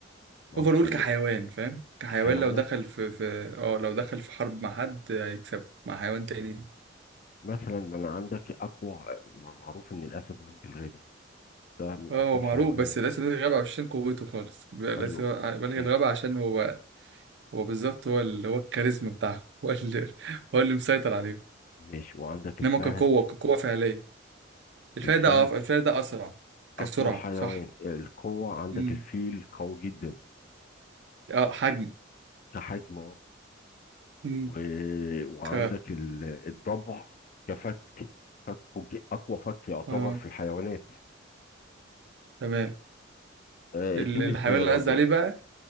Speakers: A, on the left; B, on the right.
A: معرفش
B: أول
A: أنا
B: كحيوان فاهم كحيوان
A: حيوان
B: لو دخل في في اه لو دخل في حرب مع حد هيكسب مع حيوان تاني
A: مثلا ما أنا عندك أقوى ما معروف إن الأسد ملك الغابة ده من
B: اه
A: أقوى
B: هو معروف
A: الحيوانات
B: بس لازم يلغي الغابة عشان قوته خالص بيبقى لازم
A: أيوة
B: بلغي
A: أوف
B: الغابة عشان هو هو بالظبط هو اللي هو الكاريزما بتاعه <laughs> هو اللي هو اللي مسيطر عليه
A: ماشي وعندك الفهد
B: انما كقوة كقوة فعلية الفايدة
A: الفهد
B: اه الفايدة أسرع كسرعة
A: أسرع حيوان
B: صح
A: القوة عندك
B: مم.
A: الفيل قوي جدا
B: اه حجم
A: كحجم اه
B: مم.
A: و... وعندك
B: ك
A: ال- الضبع كفك فكه ج- أقوى فك يعتبر
B: اه
A: في الحيوانات
B: تمام
A: آه،
B: ال-
A: اديني
B: الحيوان
A: اختيارات
B: اللي قصدي
A: بقى
B: عليه بقى